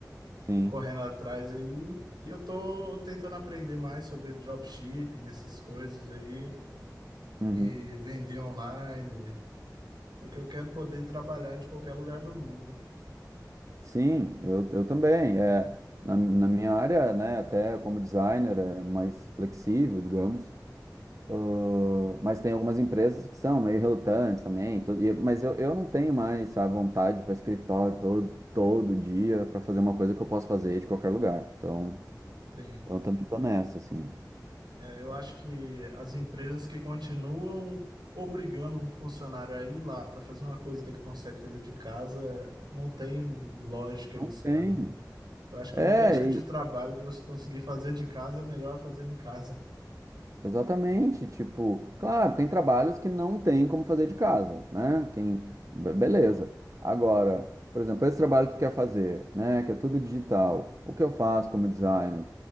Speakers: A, on the right; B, on the right.
A: sim.
B: correndo atrás aí. E eu tô tentando aprender mais sobre dropshipping, essas coisas aí,
A: Uhum.
B: e vender online, porque eu quero poder trabalhar de qualquer lugar do mundo.
A: Sim, eu, eu também. É, na, na minha área, né, até como designer, é mais flexível, digamos. Ah, mas tem algumas empresas que são meio relutantes também. to- e- mas eu, eu não tenho mais a vontade para escritório todo, todo dia para fazer uma coisa que eu posso fazer de qualquer lugar. Então,
B: Sim.
A: então também tô nessa, assim.
B: É, eu acho que as empresas que continuam obrigando um funcionário a ir lá para fazer uma coisa que ele consegue fazer de casa, não tem lógica
A: Não
B: isso
A: tem.
B: para mim. Eu acho que
A: É,
B: qualquer tipo de trabalho que você conseguir fazer de casa é melhor fazer em casa.
A: Exatamente, tipo, claro, tem trabalhos que não tem como fazer de casa, né? Quem, be- beleza. Agora, por exemplo, esse trabalho que tu quer fazer, né? Que é tudo digital. O que eu faço como designer?